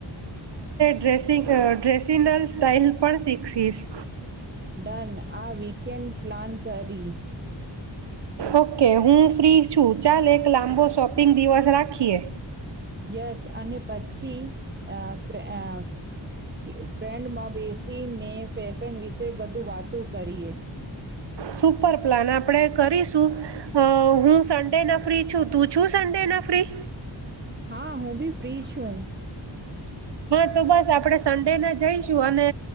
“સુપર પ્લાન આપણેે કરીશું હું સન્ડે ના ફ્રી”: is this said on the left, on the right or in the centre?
Right